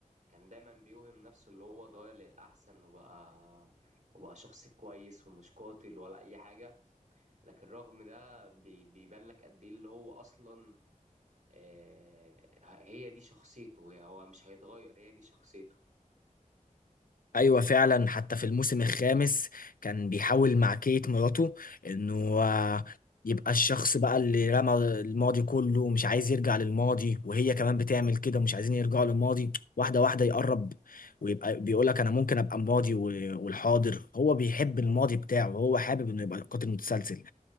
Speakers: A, on the right; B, on the left.
A: كان دايما بيوهم نفسه اللي هو اتغير للأحسن وبقى وبقى شخص كويس ومش قاتل ولا أي حاجة لكن رغم ده بي- بيبان لك قد إيه اللي هو أصلا آه، هي دي شخصيته يعني هو مش هيتغير هي دي شخصيته
B: ايوه فعلا حتى في الموسم الخامس كان بيحاول مع كيت مراته انه آه، يبقى الشخص بقى اللي رمى الماضي كله ومش عايز يرجع للماضي وهي كمان بتعمل كده ومش عايزين يرجعوا للماضي واحده واحده يقرب ويبقى بيقولك انا ممكن ابقى الماضي و- والحاضر هو بيحب الماضي بتاعه هو حابب انه يبقى قاتل متسلسل